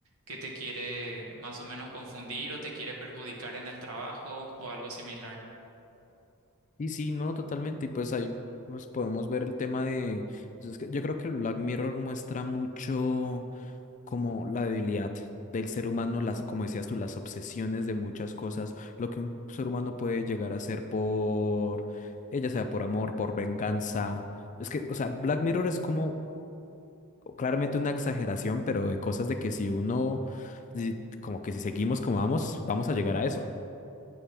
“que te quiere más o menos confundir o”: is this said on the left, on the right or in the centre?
Right